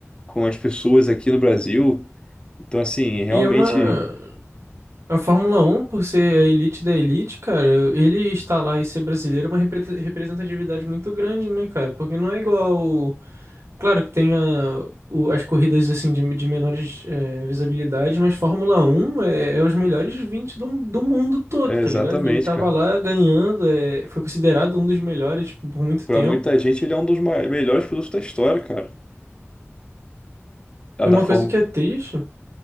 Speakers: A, on the left; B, on the right.
A: com as pessoas aqui no Brasil. Então, assim, realmente.
B: E é uma. A Fórmula Um, por ser a elite da elite, cara, ele estar lá e ser brasileiro é uma repre- representatividade muito grande, né, cara? Porque não é igual. Claro que tem a- o- as corridas assim de, de menores é, visibilidade, mas Fórmula Um é, é os melhores 20 do, do mundo todo,
A: É,
B: tá
A: exatamente,
B: ligado? E ele tava
A: cara.
B: lá ganhando, é, foi considerado um dos melhores por muito
A: Pra
B: tempo.
A: muita gente, ele é um dos mai- melhores pilotos da história, cara. A
B: E
A: da
B: uma
A: Fórmula.
B: coisa que é triste